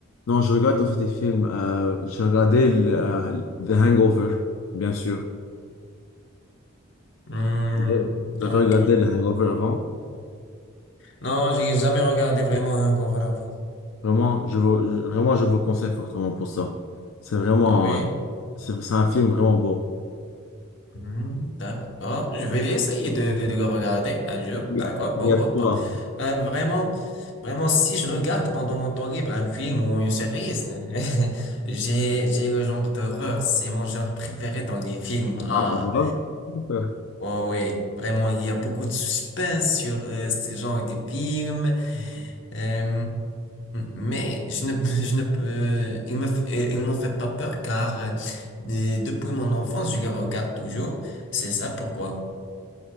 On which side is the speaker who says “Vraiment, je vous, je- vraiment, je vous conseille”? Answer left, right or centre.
Left